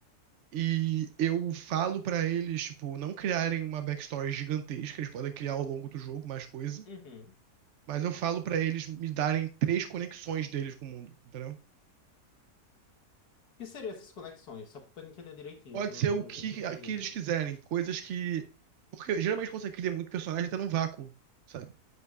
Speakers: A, on the right; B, on the left.
A: E eu falo pra eles, tipo, não criarem uma backstory gigantesca, eles podem criar ao longo do jogo mais coisa.
B: Uhum.
A: Mas eu falo pra eles me darem três conexões deles com o mundo, entendeu?
B: O que seriam essas conexões? Só para entender direitinho,
A: Pode
B: que eu, não-
A: ser o
B: eu não-
A: que,
B: ainda não peguei.
A: a- que eles quiserem, coisas que. Porque geralmente quando você cria muito personagem, tá num vácuo, sabe?